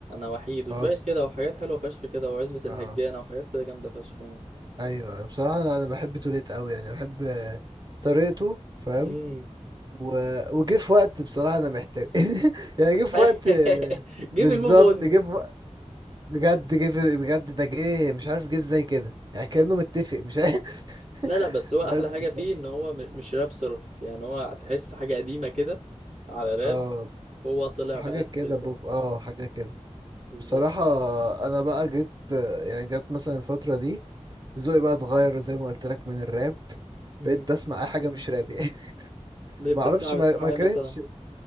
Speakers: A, on the right; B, on the right.
A: وحيد وشوية
B: هوبس
A: كده وحاجات حلوة فشخ كده وعزبة الهجانة
B: اه
A: وحاجات كده جامدة فشخ يعني
B: ايوه بصراحه انا أنا بحب توليت قوي يعني بحب آه، طريقته فاهم
A: امم
B: و... وجه في وقت بصراحه انا محتاج <laughs> يعني جه في
A: <laughs>
B: وقت آه،
A: جيب
B: بالظبط
A: الموف اون
B: جه في وقت بجد جه في... بجد ده جه مش عارف جه ازاي كده يعني كانه متفق مش عارف
A: <laughs> لا
B: <laughs>
A: لا بس هو أحلى
B: بس
A: حاجة
B: ف-
A: فيه إن هو م- مش راب صرف يعني هو تحس حاجة قديمة كده على راب
B: اه
A: هو طلع
B: حاجه
A: بقى
B: كده
A: توليد
B: بوب
A: بقى
B: اه حاجه كده
A: بالظبط
B: بصراحة أنا بقى جيت يعني جت مثلا الفترة دي ذوقي بقى اتغير زي ما قلت لك من الراب
A: امم
B: بقيت بسمع أي حاجة مش راب يعني <laughs>
A: ليه بتسمع
B: ما أعرفش ما,
A: بتسمع
B: ما
A: ايه
B: كرهتش
A: مثلا